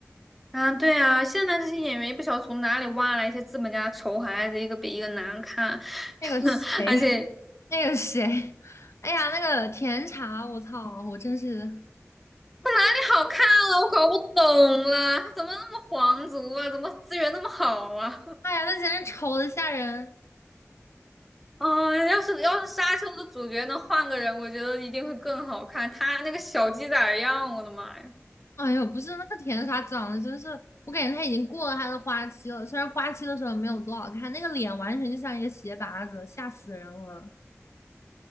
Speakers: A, in the centre; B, on the left.
A: 啊。对啊，现在这些演员也不晓得从哪里挖来一些资本家的丑孩子，一个比一个难看，
B: 那个谁，
A: <laughs>
B: <laughs>
A: 而且
B: 那个谁，哎呀，那个甜茶，我操，我真是，
A: 他哪里好看了？我搞不懂了，他怎么那么皇族啊？怎么资源那么好啊？
B: 哎呀，那简直丑的吓人！
A: 啊，要是要是《沙丘》的主角能换个人，我觉得一定会更好看。他那个小鸡仔儿样，我的妈呀，
B: 哎呦，不是那个甜茶长得真是，我感觉他已经过了他的花期了。虽然花期的时候没有多好看，那个脸完全就像一个鞋拔子，吓死人了。